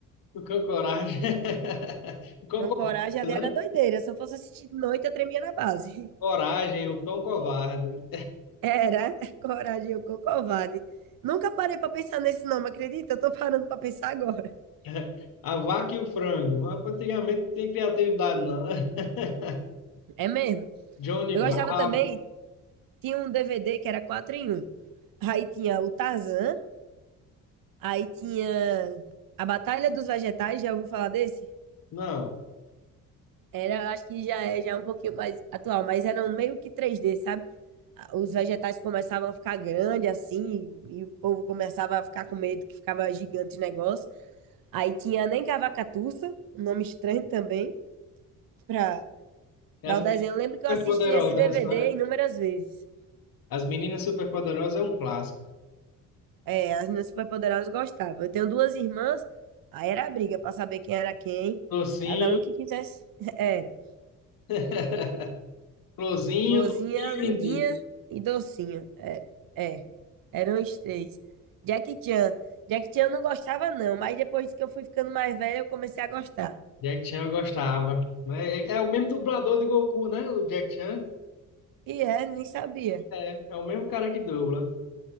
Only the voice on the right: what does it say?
Cão
Coragem ali
era doideira. Se eu fosse assistir de noite, eu tremia na base.
<laughs> Era <laughs> Coragem, o Cão Covarde. Nunca parei pra pensar nesse nome, acredita? Eu tô parando pra pensar agora. <laughs>
É mesmo.
Eu
gostava também, tinha um DVD que era 4 em um. Aí tinha o Tarzan. Aí tinha a Batalha dos Vegetais, já ouviu falar desse?
Era, acho que já é, já é um pouquinho mais atual, mas era um meio que 3D, sabe? Ah, Os vegetais começavam a ficar grandes assim, e o povo começava a ficar com medo que ficava gigante o negócio. Aí tinha Nem que a Cavacatuça, um nome estranho também, pra,
pra o
desenho. Eu lembro que
eu assisti esse DVD
inúmeras vezes.
É, as minhas superpoderosas gostavam. Eu tenho duas irmãs, aí era briga pra saber quem era quem,
cada um que quisesse. <laughs> Era.
Florzinha,
lindinha
e docinho. É, é, eram os três. Jack Chan. Jack Chan eu não gostava, não, mas depois que eu fui ficando mais velha, eu comecei a gostar.
E é, nem sabia.